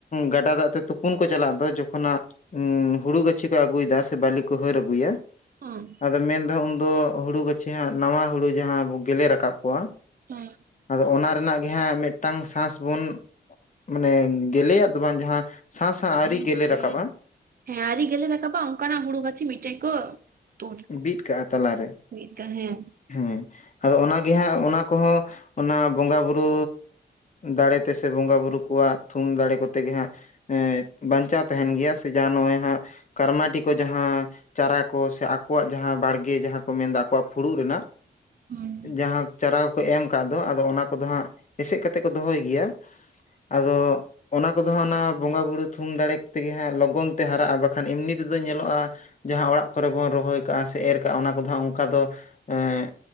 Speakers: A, on the left; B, on the right.
A: ᱜᱟᱰᱟ ᱫᱟᱜ ᱛᱮ ᱛᱩᱯᱩᱱ ᱠᱚ ᱪᱟᱞᱟᱜ ᱫᱚ ᱡᱚᱠᱷᱚ ᱦᱟᱸᱜ ᱩᱸ ᱦᱩᱲᱩ ᱜᱟᱹᱪᱷᱤ ᱠᱚ ᱟᱹᱜᱩᱭᱫᱟ, ᱥᱮ ᱵᱟᱹᱞᱤ ᱠᱚ ᱦᱟᱹᱨ ᱟᱹᱜᱩᱭᱟ᱾
B: <unintelligible>
A: ᱟᱫᱚ ᱢᱮᱱᱫᱚ ᱦᱟᱸᱜ ᱩᱱ ᱫᱚ ᱦᱩᱲᱩ ᱜᱟᱹᱪᱷᱤ ᱦᱟᱸᱜ ᱱᱟᱣᱟ ᱦᱩᱲᱩ ᱡᱟᱦᱟᱸ ᱜᱮᱞᱮ ᱨᱟᱠᱟᱵ ᱠᱚᱜᱟ
B: ᱦᱮᱸ᱾
A: ᱟᱫᱚ ᱚᱱᱟ ᱨᱮᱱᱟᱜ ᱜᱮ ᱦᱟᱸᱜ ᱢᱮᱫᱴᱟᱝ ᱥᱟᱥ ᱵᱚᱱ ᱢᱟᱱᱮ ᱜᱮᱞᱮᱭᱟᱜ ᱫᱚ ᱵᱟᱝ ᱡᱟᱦᱟᱸ ᱥᱟᱥ ᱦᱟᱸᱜ ᱟᱹᱣᱨᱤ ᱜᱮᱞᱮ ᱨᱟᱠᱟᱵ-ᱟ᱾
B: ᱦᱮᱸ ᱟᱨᱣᱨᱤ ᱜᱮᱞᱮ ᱨᱟᱠᱟᱵ-ᱟ ᱚᱝᱠᱟᱱᱟᱜ ᱦᱩᱲᱩ ᱜᱟᱹᱪᱷᱤ ᱢᱤᱫᱴᱮᱡ ᱠᱚ <inaudible>
A: ᱵᱤᱫ ᱠᱟᱜᱟ ᱛᱟᱞᱟᱨᱮ᱾
B: ᱵᱤᱫᱠᱟᱜ ᱦᱮᱸ᱾
A: ᱦᱮᱸ ᱟᱫᱚ ᱚᱱᱟᱜᱮ ᱦᱟᱸᱜ ᱚᱱᱟ ᱠᱚᱦᱚᱸ ᱚᱱᱟ ᱵᱚᱝᱜ-ᱟ ᱵᱩᱨᱩ ᱫᱟᱲᱮ ᱛᱮᱥᱮ ᱵᱚᱝᱜᱟ ᱵᱩᱨᱩ ᱠᱚᱣᱟᱜ ᱛᱷᱩᱢ ᱫᱟᱲᱮ ᱠᱚᱛᱮ ᱜᱮ ᱦᱟᱸᱜ ᱮᱸ ᱵᱟᱧᱪᱟᱣ ᱛᱟᱦᱮᱱ ᱜᱮᱭᱟ ᱥᱮ ᱡᱟᱦᱟᱸ ᱱᱚᱜᱚᱭ ᱦᱟᱸᱜ ᱠᱟᱨᱢᱟᱴᱤ ᱠᱚ ᱡᱟᱦᱟᱸ ᱪᱟᱨᱟ ᱠᱚ ᱥᱮ ᱟᱠᱚᱣᱟᱜ ᱡᱟᱦᱟᱸ ᱵᱟᱲᱜᱮ ᱡᱟᱦᱟᱸ ᱠᱚ ᱢᱮᱱᱫᱟ ᱟᱠᱚᱣᱟᱜ ᱯᱷᱩᱲᱩᱜ ᱨᱮᱱᱟᱜ
B: ᱦᱩᱸ
A: ᱡᱟᱦᱟᱸ ᱪᱟᱨᱟ ᱠᱚᱠᱚ ᱮᱢ ᱠᱟᱜ ᱫᱚ ᱟᱫᱚ ᱚᱱᱟ ᱠᱚᱫᱚ ᱦᱟᱸᱜ ᱮᱥᱮᱫ ᱠᱟ ᱛᱮ ᱠᱚ ᱫᱚᱦᱚᱭ ᱜᱮᱭᱟ, ᱟᱫᱚ ᱚᱱᱟ ᱠᱚᱫᱚ ᱦᱟᱸᱜ ᱚᱱᱟ ᱵᱚᱸᱜᱟ ᱵᱩᱲᱩ ᱛᱷᱩᱢ ᱫᱟᱲᱮ ᱛᱮᱜᱮ ᱦᱟᱸᱜ ᱞᱚᱜᱚᱱ ᱛᱮ ᱦᱟᱨᱟᱜ-ᱟ, ᱵᱟᱠᱷᱟᱱ ᱮᱢᱱᱤ ᱛᱮᱫᱚ ᱧᱮᱞᱚᱜ-ᱟ ᱡᱟᱦᱟᱸ ᱚᱲᱟᱜ ᱠᱚᱨᱮ ᱵᱚᱱ ᱨᱚᱦᱚᱭ ᱠᱟᱜᱟ ᱥᱮ ᱮᱨ ᱠᱟᱜᱟ ᱚᱱᱟ ᱠᱚᱫᱚ ᱦᱟᱸᱜ ᱚᱝᱠᱟ ᱫᱚ ᱮᱸ